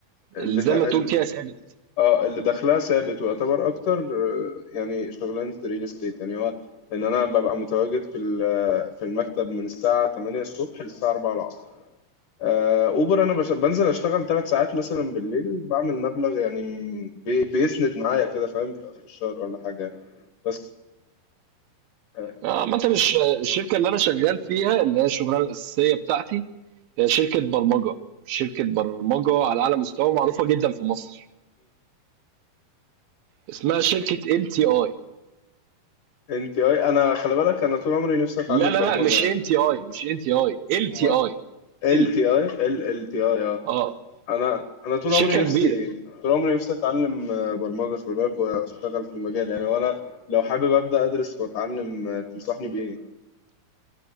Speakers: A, on the left; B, on the right.
A: اللي
B: اللي زي
A: تا...
B: ما تقول
A: ال-
B: كده ثابت؟
A: اه اللي دخلها ثابت ويعتبر أكتر آه، يعني شغلانة الريل استيت يعني هو إن أنا ببقى متواجد في ال- في المكتب من الساعة 8 الصبح للساعة 4 العصر آه، أوبر أنا بش...
B: اه
A: بنزل أشتغل ثلاث ساعات مثلا بالليل بعمل مبلغ يعني بي... بيسند معايا كده فاهم في آخر الشهر ولا حاجة بس آه.
B: عامه الش- الشركه اللي انا شغال فيها اللي هي الشغلانه الاساسيه بتاعتي هي شركه برمجه شركه برمجه على اعلى مستوى معروفه جدا في مصر اسمها شركه ال تي اي
A: انت اي انا خلي بالك انا طول عمري نفسي اتعلم
B: لا لا
A: برمجه
B: لا مش
A: يعني.
B: ام تي اي مش ام تي اي ال
A: امال
B: تي اي ال
A: ال تي اي ال ال تي اي اه
B: اه
A: انا انا طول
B: شركه
A: عمري نفسي
B: كبيره
A: طول عمري نفسي اتعلم آه، برمجه خلي بالك واشتغل في المجال يعني وانا لو حابب ابدا ادرس واتعلم آه، تنصحني بايه